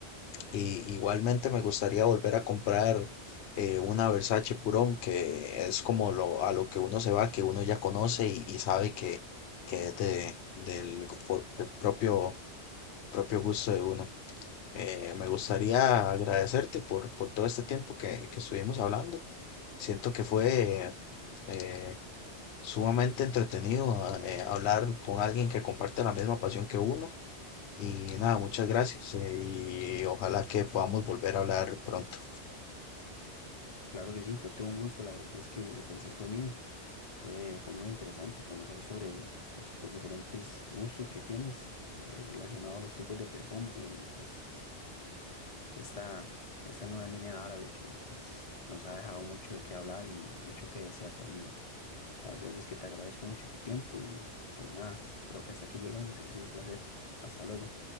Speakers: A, on the left; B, on the left.
A: Y igualmente me gustaría volver a comprar eh, una Versace Purón que es como lo, a lo que uno se va, que uno ya conoce y, y sabe que, que es de, del por- del propio propio gusto de uno. Eh, me gustaría agradecerte por, por todo este tiempo que, que estuvimos hablando. Siento que fue eh, sumamente entretenido ah, eh, hablar con alguien que comparte la misma pasión que uno. Y nada, muchas gracias eh, y ojalá que podamos volver a hablar pronto.
B: Claro que sí, fue todo un gusto. La verdad es que el placer fue mío. Fue, fue muy interesante conocer sobre pues, los diferentes gustos que tienes eh, relacionado a los tipos de perfume y pues esta, esta nueva línea árabe que pues nos ha dejado mucho de qué hablar y mucho que desear también. La verdad es que te agradezco mucho tu tiempo y pues nada, creo que hasta aquí llegamos y ha sido un placer. Hasta luego.